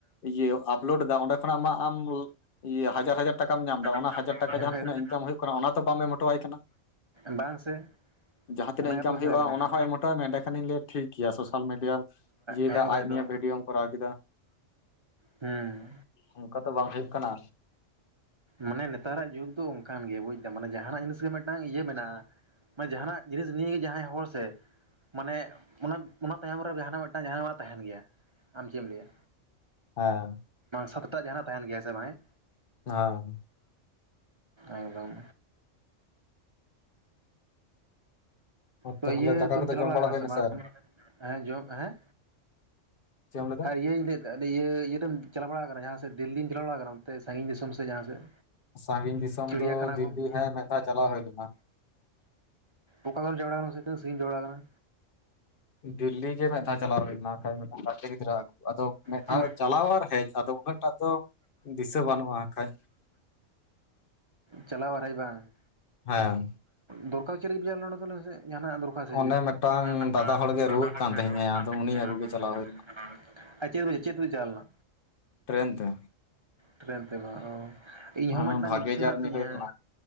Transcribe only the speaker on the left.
ᱤᱭᱟᱹ ᱟᱯᱞᱳᱰ ᱮᱫᱟ ᱚᱸᱰᱮ ᱠᱷᱚᱱᱟᱜ ᱢᱟ ᱟᱢ ᱤᱭᱟᱹ ᱦᱟᱡᱟᱨ ᱦᱟᱡᱟᱨ ᱴᱟᱠᱟᱢ ᱧᱟᱢ ᱮᱫᱟ ᱚᱱᱟ
ᱦᱟᱡᱟᱨ ᱴᱟᱠᱟ ᱡᱟᱦᱟᱸ
ᱛᱤᱱᱟᱹᱜ
ᱤᱱᱠᱟᱢ ᱦᱩᱭᱩᱜ ᱠᱟᱱᱟ ᱚᱱᱟ ᱛᱚ ᱵᱟᱢ ᱮᱢ ᱦᱚᱴᱚᱣᱟᱭ ᱠᱟᱱᱟ,
ᱡᱟᱦᱟᱸ ᱛᱤᱱᱟᱹᱜ
ᱤᱱᱠᱟᱢ
ᱦᱩᱭᱩᱜᱼᱟ
ᱚᱱᱟ ᱦᱚᱸ ᱮᱢ ᱦᱚᱴᱚᱟᱭ ᱢᱮ ᱰᱮ ᱠᱷᱟᱱᱤ ᱤᱧ ᱞᱟᱹᱭ ᱟ ᱴᱷᱤᱠ ᱜᱮᱭᱟ, ᱥᱳᱥᱟᱞ ᱢᱤᱰᱤᱭᱟᱢ ᱤᱭᱟᱹᱭᱮᱫᱟ
ᱟᱡ ᱱᱤᱭ
ᱵᱷᱤᱰᱤᱭᱳᱢ ᱠᱚᱨᱟᱣ ᱠᱮᱫᱟ,
ᱚᱱᱠᱟ ᱛᱚ ᱵᱟᱝ ᱦᱩᱭᱩᱜ ᱠᱟᱱᱟ,
ᱦᱮᱸ
ᱦᱚ,
ᱛᱟᱦᱚᱞᱮ
ᱫᱟᱠᱟ
ᱠᱚᱫᱚ
ᱡᱚᱢ
ᱦᱩᱭᱱᱟ
ᱟᱹᱣᱨᱤ
ᱪᱮᱫ ᱮᱢ ᱞᱟᱹᱭ ᱮᱫᱟ
ᱥᱟᱺᱜᱤᱧ ᱫᱤᱥᱚᱢ
ᱫᱚ
ᱫᱤᱞᱞᱤ
ᱦᱮᱸ ᱢᱮ ᱫᱷᱟᱣ ᱪᱟᱞᱟᱣ ᱦᱩᱭ ᱞᱮᱱᱟ
ᱫᱤᱞᱞᱤ ᱮ ᱢᱮᱫ ᱫᱷᱟᱣ ᱪᱟᱞᱟᱣ ᱦᱩᱭ ᱞᱮᱱᱟ ᱠᱷᱟᱱ ᱢᱤᱫᱴᱟᱝ ᱜᱟᱛᱮ ᱜᱤᱫᱽᱨᱟᱹ ᱟᱹᱜᱩ ᱟᱫᱚ ᱢᱮᱫᱷᱟ
ᱪᱟᱞᱟᱣ ᱟᱨ ᱦᱮᱡ ᱟᱫᱚ ᱩᱱᱟᱹᱜ ᱴᱟᱜ ᱫᱚ ᱫᱤᱥᱟᱹ ᱵᱟᱹᱱᱩᱜᱼᱟ ᱟᱠᱷᱟᱡ᱾
ᱦᱮᱸ
ᱚᱱᱮ ᱢᱤᱫᱴᱟᱝ
ᱫᱟᱫᱟ ᱦᱚᱲᱜᱮ
ᱨᱩᱣᱟᱹᱜ
ᱠᱟᱱ
ᱛᱟᱦᱮᱸᱜᱼᱟᱭ
ᱟᱫᱚ
ᱩᱱᱤ ᱟᱹᱜᱩ
ᱜᱮ
ᱪᱟᱞᱟᱣ
ᱦᱩᱭ ᱞᱮᱱᱟ
ᱴᱨᱮᱱ ᱛᱮ
ᱦᱮᱸ
ᱵᱷᱟᱜᱮ
ᱡᱟᱨᱱᱤ
ᱦᱩᱭ ᱞᱮᱱᱟ